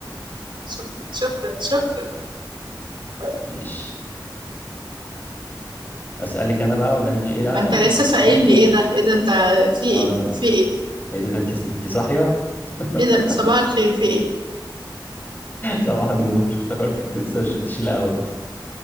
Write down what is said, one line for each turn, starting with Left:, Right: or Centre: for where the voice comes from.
Right: شكرا شكرا شكرا طيب
Left: ماشي أسألك أنا بقى ولا أنت إيه لا
Right: ما انت
Left: أنت
Right: لسه
Left: اللي هتسأليني
Right: سائلني ايه
Left: أه
Right: ده ايه ده انت في
Left: أه
Right: ايه
Left: آه.
Right: في ايه
Left: ايه ده انت انت صاحيه <laughs>
Right: ايه ده صباح الخير في ايه
Left: صباح النور افتكرتك لسه مش بتشيل قهوه بس